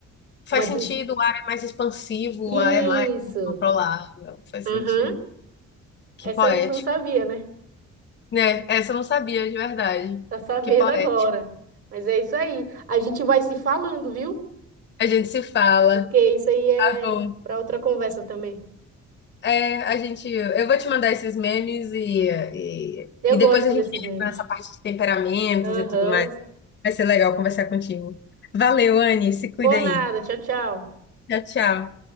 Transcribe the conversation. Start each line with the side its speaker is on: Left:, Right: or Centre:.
Left: Faz
Right: Uma din-
Left: sentido, o ar é mais expansivo,
Right: Isso.
Left: o ar é mais controlável. Faz
Right: Aham.
Left: sentido. Que
Right: Essa
Left: poético.
Right: aí tu não sabia, né?
Left: Né? Essa eu não sabia de verdade.
Right: Tá sabendo
Left: Que poético.
Right: agora. Mas é isso aí. A gente vai se falando, viu?
Left: A gente se fala.
Right: Porque isso aí é
Left: Tá bom.
Right: para outra conversa também.
Left: É, a gente. Eu vou te mandar esses memes e, e,
Right: Eu
Left: e
Right: gosto
Left: depois a gente
Right: desses
Left: entra
Right: memes.
Left: nessa parte de temperamentos
Right: Aham.
Left: e tudo mais. Vai ser legal conversar contigo. Valeu, Anne. Se cuida
Right: Por
Left: aí.
Right: nada. Tchau, tchau.
Left: Tchau, tchau.